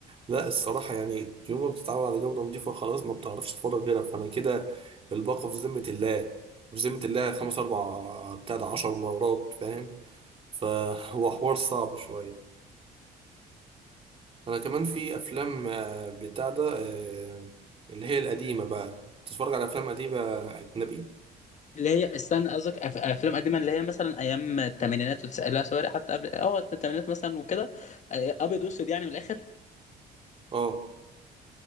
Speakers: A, on the right (about 35°); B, on the left (about 45°).
A: لا الصراحه يعني يوم ما بتتعود على جوده نظيفه خلاص ما بتعرفش تتفرج غيرها فانا كده الباقه في ذمه الله في ذمه الله خمس اربع بتاع ده 10 مرات فاهم فهو <laughs> حوار صعب شويه انا كمان في افلام آه، بتاع ده آه، اللي هي القديمه بقى تتفرج على افلام قديمه اجنبي
B: اللي هي استنى قصدك أف- افلام قديمه اللي هي مثلا ايام الثمانينات وتسألها سوري حتى قبل اه الثمانينات مثلا وكده آه، ابيض واسود يعني من الاخر
A: اه